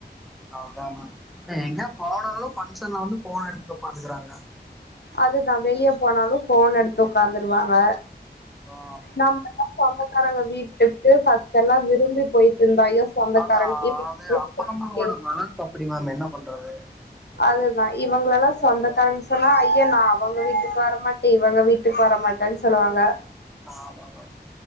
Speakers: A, in the centre; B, on the left.
A: அதுதான எங்க போனாலு ஃபங்க்ஷன்ல வந்து ஃபோன எடுத்துட்டு உக்காந்துக்குறாங்க
B: அதுதா வெளிய போனாலு ஃபோன் எடுத்து உக்காந்துருவாங்க
A: ஆ
B: நம்ம சொந்தக்காரங்க வீட்டுக்கு ஃபர்ஸ்ட் எல்லா விரும்பி போயிட்டு இருந்தா ஐயோ சொந்தக்காரங்க
A: அது
B: இவ்
A: அது அப்பா அம்மாவோட வளர்ப்பு அப்டி மேம் என்ன பண்றது
B: அதுதா இவங்களல்லா சொந்தக்காரங்க
A: ம்
B: சொன்னா ஐய நா அவங்க வீட்டுக்கு வரமாட்டே இவங்க வீட்டு க்கு வர மாட்டேன்னு சொல்லுவாங்க
A: ஆமா மேம்